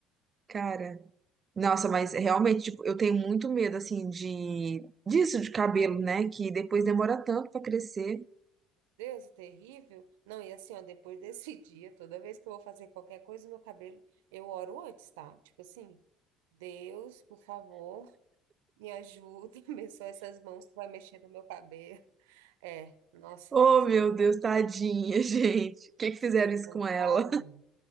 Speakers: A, on the right; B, on the right.
A: Cara,
B: Que horror.
A: nossa,
B: Nossa.
A: mas realmente, tipo, eu tenho muito medo, assim, de disso de cabelo, né? Que depois demora tanto pra crescer.
B: Deus, terrível. Não, e assim, ó, depois desse <laughs> dia, toda vez que eu vou fazer qualquer coisa no meu cabelo, eu oro antes, tá? Tipo assim, Deus, por favor, me ajuda, <laughs> abençoa essas mãos que vai mexer no meu cabelo. É, nossa,
A: Oh,
B: sincero.
A: meu Deus, tadinha, <laughs> gente. O que que fizeram
B: Fiquei
A: isso
B: com
A: com ela?
B: trauma,